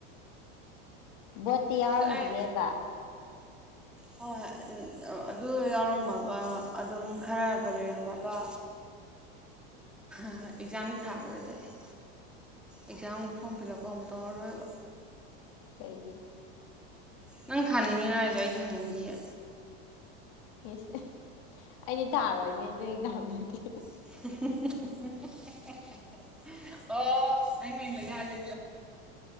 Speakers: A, on the left (about 60°); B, in the centre.
A: ꯕꯣꯠꯇꯤ ꯌꯥꯎꯔꯝꯈꯤꯅꯦꯕ
B: ꯑꯗꯨ ꯑꯩ
A: <inaudible>
B: ꯍꯣꯏ ꯑꯗꯨ ꯌꯥꯎꯔꯝꯃꯒ ꯑꯗꯨꯝ ꯈꯔꯒ ꯂꯩꯔꯝꯃꯒ
A: <inaudible>
B: ꯑꯦꯛꯖꯥꯝꯗꯤ ꯊꯥꯔꯔꯣꯏꯗ ꯑꯩ꯫ ꯑꯦꯛꯖꯥꯝꯒ ꯐꯣꯔꯝ ꯐꯤꯂꯕꯀ ꯑꯃꯨꯛꯀ ꯇꯧꯔꯔꯣꯏꯕ꯫
A: ꯀꯩꯒꯤ꯫
B: ꯅꯪ ꯊꯥꯅꯤꯡꯉꯤꯔꯣ ꯍꯥꯏꯖꯦ ꯑꯩ ꯊꯥꯅꯤꯡꯗꯤꯌꯦ꯫
A: ꯏꯁ ꯑꯩꯗꯤ ꯊꯥꯔꯣꯏꯅꯦ ꯑꯗꯨꯏ ꯑꯦꯛꯖꯥꯝꯗꯨꯗꯤ꯫
B: <unintelligible> ꯑꯣ ꯅꯪ <unintelligible> ꯃꯤꯉꯣꯟꯗꯒꯤ꯫